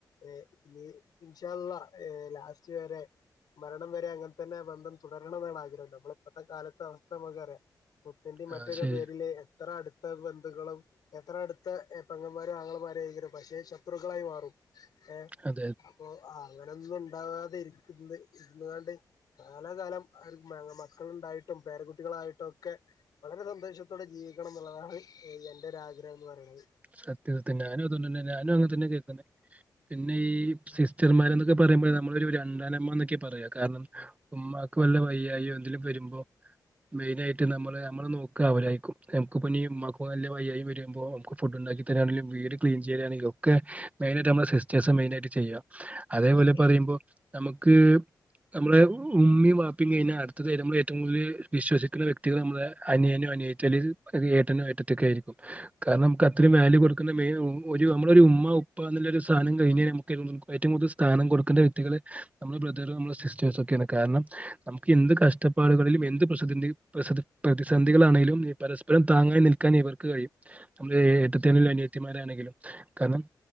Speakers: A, on the left; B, on the right.
A: ഏ ഇനി ഇൻഷ അള്ളാലാസ്റ്റ് വരെ മരണം വരെ അങ്ങനെ തന്നെ ആ ബന്ധം തുടരണം എന്നാണ് ആഗ്രഹം നമ്മള ഇപ്പോഴത്തെ കാലത്തെ അവസ്ഥ നമ്മക്ക റിയാം സ്വത്തിന്റെ മറ്റൊക്കെ
B: ആഹ് ശരി
A: പേരില് എത്ര അടുത്ത ബന്ധുക്കളും എത്ര അടുത്ത പെങ്ങന്മാരോ ആങ്ങളമാരോ ആണെങ്കിലും പക്ഷേ ശത്രുക്കളായി മാറും ഏ
B: അതെ
A: അപ്പൊ അങ്ങനെയൊന്നും ഉണ്ടാവാതിരിക്കുന്നത് ഇരുന്നുകാണ്ട് കാലാകാലം മക്കളുണ്ടായിട്ടും പേരകുട്ടികളായിട്ടും ഒക്കെ വളരെ സന്തോഷത്തോടെ ജീവിക്കണം എന്നുള്ളതാണ് എന്റെ ഒരുരാഗ്രഹം എന്ന് പറയണത്
B: സത്യം സത്യം ഞാനും അതൊ തന്നെ ഞാനും അങ്ങനെ തന്നെ കേക്കുന്നത് പിന്നെ ഈ സിസ്റ്റർമാര എന്നൊക്കെ പറയുമ്പോഴ നമ്മളൊരു രണ്ടാനമ്മ എന്നൊക്കെ പറയാം കാരണം ഉമ്മാക്ക് വല്ല വയ്യായി എന്തിലും വരുമ്പോ മെയിന ആയിട്ട് നമ്മള് നമ്മള് നോക്കുക അവരായിരിക്കും നമക്ക്പ്പ ഉമ്മമാക്ക് നല്ല വയ്യായിം വരുമ്പോൾ ന ഫുഡ്ണ്ടാക്കി തരായാണങ്കിലും വീട് ക്ലീൻ ചെയ്യാനണെങ്കിലും ഒക്കെ മെയിനായിട്ട് നമ്മള സിസ്റ്റേഴ്സ് മെയിൻ ആയിട്ട് ചെയ്യുക അതേപോലെ
A: ഉം
B: പറയുമ്പോ നമുക്ക് നമ്മള് ഉമ്മി വാപ്പി കഴിഞ്ഞാ അടുത്തതായി നമ്മൾ ഏറ്റവും കൂടുതൽ വിശ്വസിക്കുന്ന വ്യക്തികൾ നമ്മള് അനിയനോ അന റ്റല് ഏട്ടനും ഏട്ടത്തി ഒക്കെ ആയിരിക്കും കാരണം നമുക്ക് അത്രയും വാല്യൂ കൊടുക്ക ക്കണ മെയിൻ ഒരു നമ്മള ഒരു ഉമ്മ ഉപ്പ എന്നുള്ളൊരു സ്ഥാനം കഴിഞ്ഞൽ നമുക്ക് ഏറ്റവും കൂടുൽ സ്ഥാനം കൊടുക്കേണ്ട വ്യക്തികള് നമ്മുടെ ബ്രദറും നമ്മുടെ സിസ്റ്റേഴ്സ് ഒക്കെയാണ് കാരണം നമുക്ക് എന്ത് കഷ്ടപ്പാടുകളിലും എന്ത് പ്രതിസ പ്രതിസന്ധികളാണെങ്കിലും പരസ്പരം താങ്ങായി നിൽക്കാൻ ഇവർക്ക് കഴിയും നമ്മുടെ ഏട്ടത്തി ആണെങ്കിലുംഅനിയത്തിമാരാണെങ്കിലും കാരണം